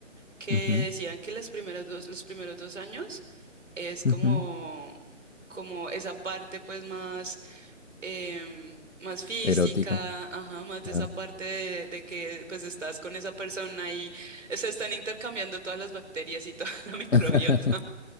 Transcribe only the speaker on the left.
Ujú,
ujú.
Erótica,
claro.
<laughs>